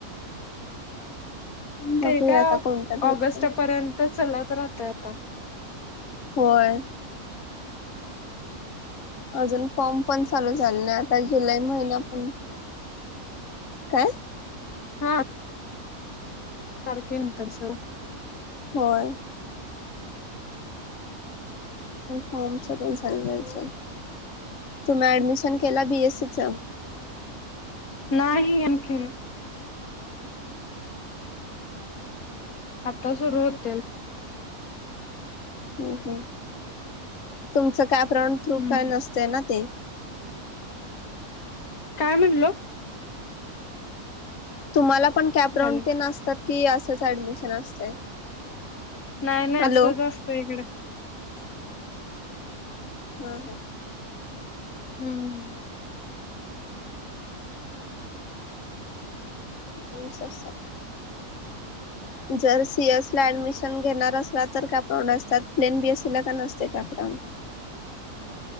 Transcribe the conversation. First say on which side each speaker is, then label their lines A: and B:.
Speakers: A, on the left; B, on the left.
A: बघूया
B: ते काय
A: आता कोणतं भेटतंय
B: ऑगस्टपर्यंत चालत राहतय आता
A: होय अजून फॉर्म पण चालू झाले नाही आता जुलै महिना पण काय
B: हा सारखेन कासं
A: होय फॉर्म चाल्हायचे तुम ऍडमिश केला बीएससी चं
B: नाही आणखीन आता सुरू होते
A: हम् हम तुमचं काय प्रण थ्रू
B: हम्म
A: काय नसतंय ना ते
B: काय म्हणलो
A: तुम्हाला पण कॅप राऊंड
B: हॅलो
A: ते नसतात कि असंच ऍडमिशन असतंय
B: नाही नाही
A: हॅलो
B: असंच असत इकड
A: हा हा
B: हम्म हम
A: क स सात जर सीएस ला ऍडमिशन घेणार असला तर काप नसतात प्लेन बीएससी ला का नसते काप ह